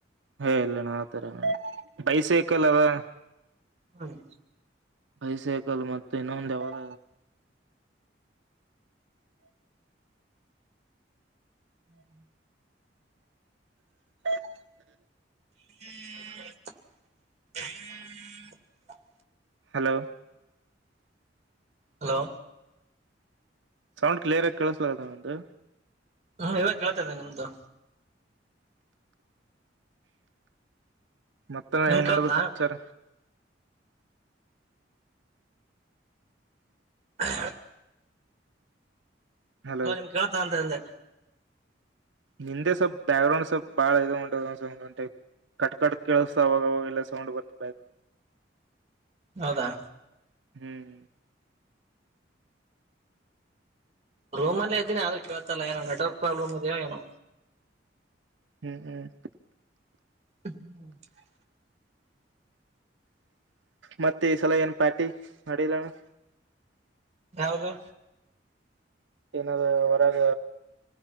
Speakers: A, on the right (about 80°); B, on the right (about 35°).
A: ಹ ಏ ಇಲ್ಲಣ್ಣ ಆತರಣ ಬೈಸೇಕಲ್ಲ ಅದಣ್ಣ
B: ಹ್ಮ್
A: ಬೈಸಕಲ್ ಮತ್ತ ಇನ್ನೊಂದು ಯಾವಾಗ
B: ಹ್ಮ್ ಹ್ಮ್
A: ಹ <inaudible>
B: ಹ್ಮ ಹ್ಮ <inaudible>
A: ಹಲೋ
B: ಹಲೋ
A: ಸೌಂಡ್ ಕ್ಲಿಯರ್ಗಿ ಕಳಿಸಳ್ದನಂದು
B: ಹ್ಮ ಇವಾಗ ಕೇಳ್ತಾದನೆ ನಿಮ್ದು
A: ಮತ್ತ
B: ನಿಮ್
A: ಏನ್
B: ಕೇಳ್ತಾ
A: ನಡದೈತಿ ಸಮಾಚಾರ.
B: ಹಲೋ ಹ <unintelligible>
A: ಹಲೋ
B: ಹ್ <unintelligible> ನಿಮ್ ಕೇಳ್ತಾ ಅಂತ ಅಂದೆ
A: ನಿಂದೆ ಸ್ವಲ್ಪ್ ಬ್ಯಾಕ್ ಗ್ರೌಂಡ್ ಸ್ವಲ್ ಬಾಳ ಇದು ಉಂಟ ಒಂದು ಟೈಪ್ <unintelligible> ಕಟ್ ಕಟ್ಟ ಕೇಳ್ಸತ ಅವಾಗವಾಗೆಲ್ಲ ಸೌ <unintelligible> ರ್ತ ಬ
B: ಹೌದಾ!
A: ಹ್ಮ್,
B: ರೂಮ ಅಲ್ಲ ಇದ್ದೀ ಅದ ಕೇಳತಾಇಲ್ಲ ಏನೋ ನೆಟ್ವರ್ಕ್ ಪ್ರಾಬ್ಲಮ್ ಇದಿಯೋ ಎನೋ.
A: ಹ್ಮ್, ಹ್ಮ್
B: ಹ್ಮ್ <unintelligible>
A: ಮತ್ತೆ ಈ ಸಲ ಏನ್ ಪಾರ್ಟಿ ಮಾಡಿಲ್ಲಣ-
B: ಯಾವುದು?
A: ಏನಾದ್ರಹೊರಗ